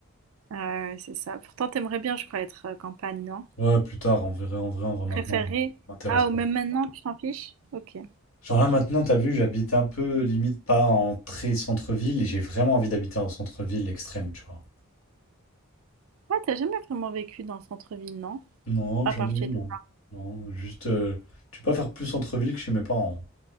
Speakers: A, on the right; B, on the left.
A: ouais, c'est ça. Pourtant, t'aimerais bien, je crois, être euh, campagne, non?
B: Ouais, plus tard, en vrai, en vrai, en vrai, maintenant,
A: Préféré?
B: ça m'intéresse
A: Ah,
B: pas.
A: ou même maintenant, tu t'en fiches? Ok.
B: Genre là maintenant, t'as vu, j'habite un peu limite pas en très centre-ville et j'ai vraiment envie d'habiter en centre-ville extrême, tu vois.
A: Ouais, t'as jamais vraiment vécu dans le centre-ville, non?
B: Non,
A: À
B: jamais,
A: part chez
B: non.
A: tes...
B: Non, juste, euh, tu peux pas faire plus centre-ville que chez mes parents.